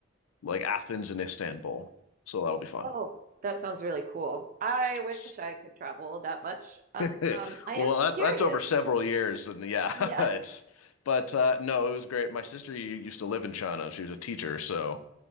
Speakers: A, on the left; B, on the right.
A: like Athens and Istanbul. So that'll be fun.
B: Oh, that sounds really cool. I
A: Yes.
B: wish I could travel that much. Um,
A: <laughs>
B: I
A: Well,
B: am
A: that's
B: curious.
A: that's over several years and yeah,
B: Yeah,
A: <laughs> it's but uh no, it was great. My sister u- used to live in China. She was a teacher, so